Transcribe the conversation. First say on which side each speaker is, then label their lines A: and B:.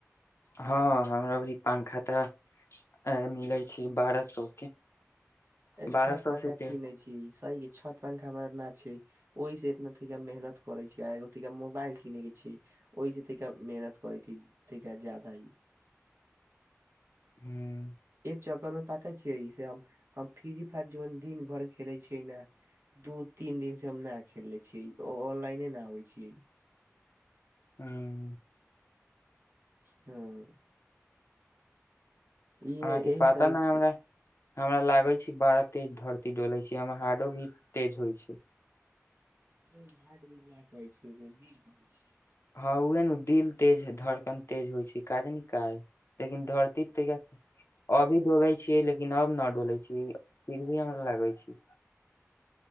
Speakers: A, on the left; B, on the right.
A: हँ हमरा पंखा तऽ मिलै छै बारह सए के
B: ए
A: बारह
B: छत
A: सौ
B: पंखा
A: से ते
B: किने छी ई सही छत पंखा हमरा न छय ओहिस इतना तिका मेहनत करे छी आ एगो तिका मोबाइल किने के छय ओहि जे मेहनत करै छी जादा
A: हूँ
B: एक चक्कर में पता छियै से हम हम फ्री फायर जन दिन भरि खेले छियै ने दू तीन दिन से हम नहि खेले छियै ऑनलाइने नहि आबै छय
A: हूँ
B: हँ इह
A: अहाँके
B: एहि
A: पता
B: समय
A: ने
B: <unintelligible>
A: हमरा हमरा लागे छै बड़ा तेज धरती डोले छै हमर हार्डो बिट तेज होइ छय
B: अरे घाट बिला कहै छी उन्दिर कहै छ
A: हँ उहे ने दिल तेज धड़कन तेज होइ छय काजानि क लेकिन धरतीतै क अभी डोले छियइ लेकिन अब न डोले छी फिर भी हमरा लागे छी